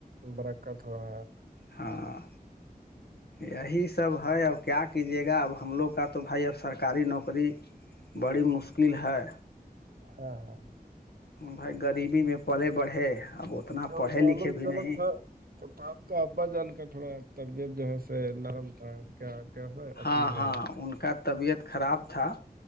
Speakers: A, on the right (about 70°); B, on the left (about 85°).
A: برکت ہوا
B: ہاں
A: <inaudible>
B: یہی سب ہے اب کیا کیجیے گا اب ہم لوگ کا تو بھائی اب سرکاری نوکری بڑی مشکل ہے
A: ہاں ہاں ہاں
B: بھائی غریبی میں پلے بڑھے اب اتنا
A: اور
B: پڑھے
A: معلوم
B: لکھے بھی
A: کیا
B: نہیں
A: الگ تھا آپ کا ابا جان کا تھوڑا طبیعت جو ہے س نرم تھا کیا کیا ہو اھی
B: ہاں
A: میں
B: ہاں
A: ہے
B: ان کا طبیعت خراب تھا